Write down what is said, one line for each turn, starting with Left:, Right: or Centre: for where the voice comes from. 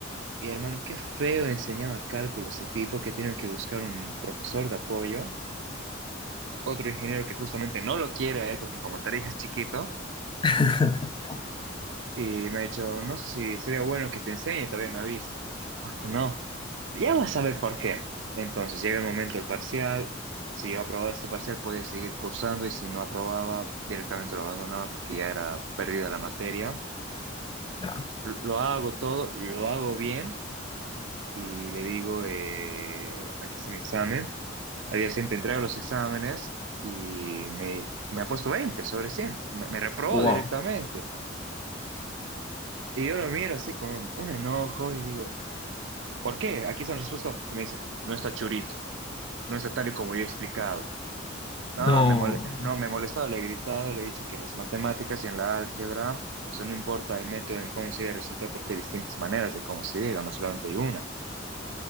Right: Y hermano, qué feo enseñaba cálculo ese tipo que tiene que buscar un profesor de apoyo. Otro ingeniero que justamente no lo quiere a él, porque como te dije es chiquito.
Left: <laughs>
Right: Y me ha dicho, no sé si sería bueno que te enseñe, todavía me avisa. Y dije, ¿por qué no? Ya vas a ver por qué. Entonces llega el momento del parcial. Si yo aprobaba este parcial, podía seguir cursando y si no aprobaba, directamente lo abandonaba porque ya era perdida la materia.
Left: Ya,
Right: L- Lo hago todo, lo hago bien y le digo, eh, aquí está mi examen. Al día siguiente entrego los exámenes y me, me ha puesto veinte sobre cien Me, me reprobó
Left: wow.
Right: directamente. Y yo lo miro así con un enojo y digo, ¿Por qué? Aquí está la respuesta. Y me dice, no está churito, no está tal y como yo he explicado. No,
Left: No.
Right: me mole- no, me he molestado, le he gritado, le he dicho que en las matemáticas y en la álgebra, o sea, no importa el método en cómo se llega al resultado porque hay distintas maneras de cómo se llega, no solamente hay una.